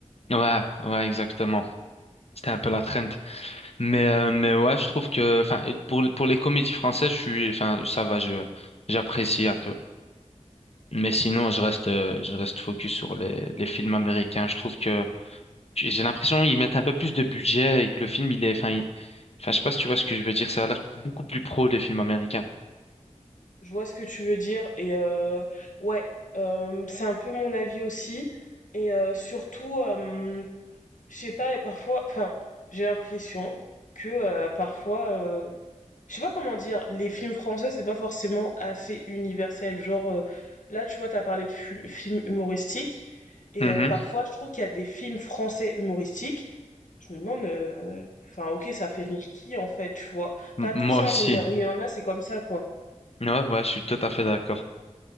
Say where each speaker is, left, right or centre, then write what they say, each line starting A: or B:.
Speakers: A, on the left; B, on the left.
A: Ouais, ouais, exactement. C'était un peu la trend. Mais, euh, mais ouais, je trouve que, enfin, pour, pour les comédies françaises, je suis, enfin, ça va, je, j'apprécie un peu. Mais sinon, je reste, euh, je reste focus sur les, les films américains. Je trouve que j'ai l'impression qu'ils mettent un peu plus de budget et que le film, il est, enfin, il- enfin, je sais pas si tu vois ce que je veux dire. Ça a l'air beaucoup plus pro, les films américains.
B: Je vois ce que tu veux dire. Et euh, ouais, euh, c'est un peu mon avis aussi. Et euh, surtout, euh, je sais pas, et parfois, enfin, j'ai l'impression que euh, parfois. euh, Je sais pas comment dire, les films français, c'est pas forcément assez universel. Genre, euh, là, tu vois, t'as parlé de fu- films humoristiques, et
A: Mhm.
B: euh, parfois, je trouve qu'il y a des films français humoristiques. Je me demande, euh, enfin, ok, ça fait rire qui, en fait, tu vois.
A: M-
B: Pas
A: Moi
B: tous, hein,
A: aussi.
B: mais il y, en il y en a, c'est comme ça, quoi.
A: Ouais, ouais, je suis tout à fait d'accord.